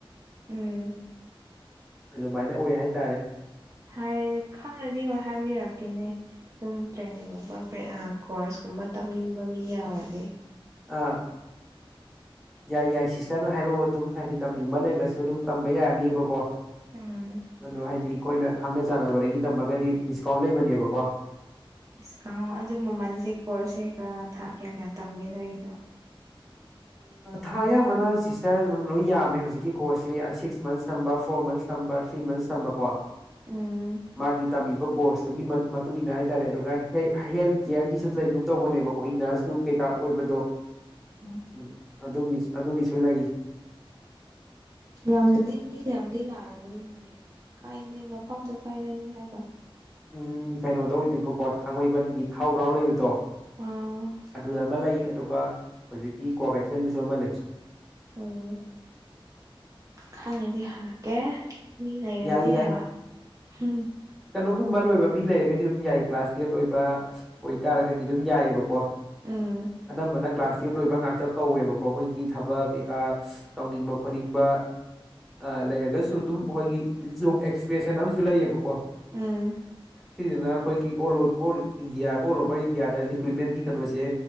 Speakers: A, on the right; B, in the centre.
A: ꯎꯝ
B: ꯑꯗꯨꯝꯃꯥꯏꯅ ꯑꯣꯏ ꯍꯥꯏꯇꯥꯔꯦ
A: ꯍꯥꯏꯔꯗꯤ ꯈꯪꯉꯗꯤ ꯍꯣꯏ ꯍꯥꯏꯕꯤꯔꯛꯀꯦꯅꯦ ꯑꯗꯨꯝ ꯇ꯭ꯔꯦꯅꯤꯡꯒꯨꯝꯕ <unintelligible> ꯀꯣꯔꯁ ꯀꯨꯝꯕ ꯇꯝꯅꯤꯡꯕ ꯃꯤ ꯌꯥꯎꯔꯗꯤ
B: ꯑ ꯌꯥꯏ ꯌꯥꯏ ꯁꯤꯁꯇꯔꯅ ꯍꯥꯏꯔꯛꯑꯣ ꯑꯗꯨꯝ ꯍꯥꯏꯗꯤ ꯇꯝꯅꯤꯡꯕ ꯂꯩꯔꯁꯨ ꯑꯗꯨꯝ ꯇꯝꯕ ꯌꯥꯅꯤꯕꯀꯣ
A: ꯎꯝ
B: ꯑꯗꯣ ꯍꯥꯏꯗꯤ ꯑꯩꯈꯣꯏꯅ ꯈꯪꯅ ꯆꯥꯟꯅꯕꯗꯒꯤ ꯇꯝꯃꯒꯗꯤ ꯗꯤꯁꯀꯥꯎꯟ ꯂꯩꯕꯅꯦꯕꯀꯣ
A: ꯗꯤꯁꯀꯥꯎꯟ ꯑꯗꯨ ꯃꯃꯜꯁꯦ ꯀꯣꯔꯁꯁꯦ ꯀ ꯊꯥ ꯀꯌꯥ ꯀꯌꯥ ꯇꯝꯒꯦ ꯅꯣꯏꯒꯤꯗꯣ
B: ꯊꯥ ꯑꯌꯥꯝꯕꯅ ꯁꯤꯁꯇꯔꯅꯜ ꯑꯗꯨꯝ ꯂꯣꯏ ꯌꯥꯝꯃꯦ ꯍꯧꯖꯤꯛꯀꯤ ꯀꯣꯔꯁꯁꯦ ꯁꯤꯛꯁ ꯃꯟꯁ ꯇꯝꯕ ꯐꯣꯔ ꯃꯟꯁ ꯊ꯭ꯔꯤ ꯃꯟ ꯇꯝꯕ ꯀꯣ
A: ꯎꯝ
B: ꯃꯥꯒꯤ ꯇꯝꯃꯤꯕ ꯀꯣꯔꯁꯇꯨꯒꯤ ꯃꯇꯨꯡ ꯏꯟꯅ ꯍꯥꯏꯇꯥꯔꯦ ꯑꯗꯨꯒ ꯍꯦꯜꯊ ꯀꯤꯌꯔꯒꯤꯁꯨ ꯇꯧꯒꯨꯝ ꯇꯧꯕꯅꯦꯕꯀꯣ ꯈꯣꯏ ꯅꯔꯁ ꯅꯨꯡ ꯀꯩꯀꯥ ꯑꯣꯏꯕꯗꯣ
A: ꯑꯣ
B: ꯎꯝ ꯑꯗꯨꯒꯤ ꯑꯗꯨꯒꯤꯁꯨ ꯂꯩ
A: ꯌꯥꯝꯅꯗꯤ ꯃꯤ ꯃꯌꯥꯝꯗꯤ ꯂꯥꯛꯔꯝꯃꯅꯤꯅꯦ ꯀꯥꯢꯗꯅꯤ ꯃꯐꯝꯗꯣ ꯀꯥꯢ ꯂꯩꯔꯤ ꯍꯥꯢꯕ
B: ꯎꯝ ꯀꯩꯅꯣ ꯇꯧ ꯑꯣꯏꯗꯣꯏꯕꯀꯣ ꯊꯥꯡꯃꯩꯕꯟꯒꯤ ꯊꯥꯎ ꯒ꯭ꯔꯥꯎꯟ ꯂꯩꯕꯗꯣ
A: ꯑꯥ
B: ꯑꯗꯨ ꯑꯃ ꯂꯩ ꯑꯗꯨꯒ ꯍꯧꯖꯤꯛꯀꯤ ꯀ꯭ꯋꯥ ꯀꯩꯊꯦꯜꯗꯁꯨ ꯑꯃ ꯂꯩ
A: ꯎꯝ ꯈꯪꯉꯗꯤ ꯍꯪꯉꯛꯀꯦ ꯃꯤ ꯂꯩꯔꯗꯤ
B: ꯌꯥꯏ
A: ꯍꯥꯏꯕ ꯎꯝ
B: ꯑꯗꯨꯒꯨꯝꯕ ꯂꯣꯏꯕ ꯃꯤ ꯂꯩꯔꯒꯗꯤ ꯑꯗꯨꯝ ꯌꯥꯏ ꯀ꯭ꯂꯥꯁ ꯇꯨꯋꯦꯞ ꯂꯣꯏꯕ ꯑꯣꯏꯇꯥꯔꯒꯗꯤ ꯗꯨꯝ ꯌꯥꯏꯌꯦꯕꯀꯣ
A: ꯎꯝ
B: ꯑꯅꯝꯕꯅ ꯀ꯭ꯂꯥꯁ ꯇꯨꯋꯦꯞ ꯂꯣꯏꯕ ꯉꯥꯛꯇ ꯀꯧꯋꯦꯕꯀꯣ ꯑꯩꯈꯣꯏꯒꯤ ꯊꯕꯛ ꯀꯩꯀꯥ ꯇꯧꯅꯤꯡꯕ ꯈꯣꯠꯅꯤꯡꯕ ꯑ ꯂꯩꯔꯒꯁꯨ ꯑꯗꯨꯝ ꯑꯩꯈꯣꯏꯒꯤ ꯖꯣꯞ ꯑꯦꯛꯁꯄ꯭ꯔꯦꯁ ꯍꯥꯏꯅ ꯑꯃꯁꯨ ꯂꯩꯌꯦꯕꯀꯣ
A: ꯎꯝ
B: ꯁꯤꯁꯤꯅ ꯑꯩꯈꯣꯏꯒꯤ ꯑꯣꯜ ꯏꯟꯗꯤꯌꯥ ꯑꯣꯜ ꯑꯣꯕꯔ ꯏꯟꯗꯤꯌꯥꯗ ꯔꯤꯀ꯭ꯋꯏꯤꯠꯃꯦꯟꯒꯤ ꯀꯩꯅꯣꯁꯦ